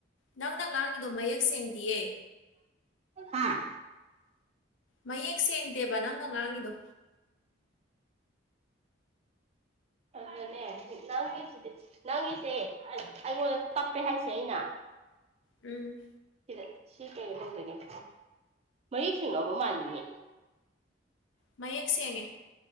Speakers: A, on the left; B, on the right.
A: ꯅꯪꯅ ꯉꯥꯡꯉꯤꯗꯣ ꯃꯌꯦꯛ ꯁꯦꯡꯗꯤꯌꯦ
B: ꯍꯥꯥ
A: ꯃꯌꯦꯛ ꯁꯦꯡ ꯗꯦꯕ ꯅꯪꯒ ꯉꯥꯡꯉꯤꯗꯣ
B: ꯑꯗꯨꯗꯅꯦ ꯅꯪꯒꯤꯁꯤꯗꯤ ꯅꯪꯒꯤꯁꯦ ꯑꯩ ꯑꯩꯉꯣꯟꯗ ꯇꯞꯄꯦ ꯍꯥꯏꯁꯦ ꯑꯩꯅ
A: ꯎꯝ
B: ꯁꯤꯗ ꯁꯤ ꯀꯩꯅꯣ ꯇꯧꯗꯣꯏꯅꯦꯕ ꯃꯌꯦꯛ ꯁꯦꯡꯉꯛꯑꯕ ꯃꯥꯜꯂꯤꯅꯦ
A: ꯃꯌꯦꯛ ꯁꯦꯡꯉꯦ